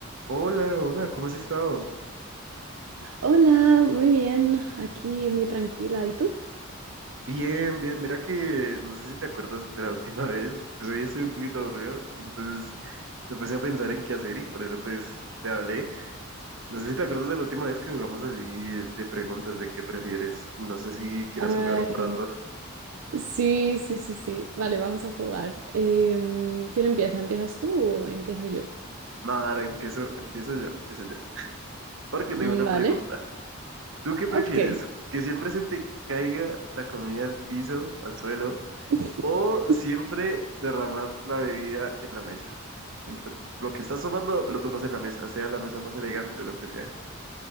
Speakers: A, on the right; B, on the right.
A: Hola, hola, ¿cómo has estado?
B: Hola, muy bien, aquí muy tranquila. ¿Y tú?
A: Bien, bien, mira que no sé si te acuerdas de la última <laughs> vez, pues hoy estoy un poquito aburrido, entonces me puse a pensar en qué hacer y por eso pues te hablé. No sé si te acuerdas de la última vez que jugamos así de preguntas de qué prefieres y no sé si quieras
B: Ay,
A: jugar un rato.
B: sí, sí, sí, sí. Vale, vamos a jugar. Em, ¿quién empieza? ¿Empiezas tú o empiezo yo?
A: Nada, ahora empiezo, empiezo yo, empiezo yo, porque
B: Mm,
A: tengo una
B: Vale,
A: pregunta. ¿Tú qué prefieres?
B: ok.
A: ¿Que siempre se te caiga la comida al piso, al suelo?
B: <laughs>
A: O siempre derramar la bebida en la mesa. Siempre lo que estás tomando lo tomas en la mesa, sea la mesa más elegante o lo que sea.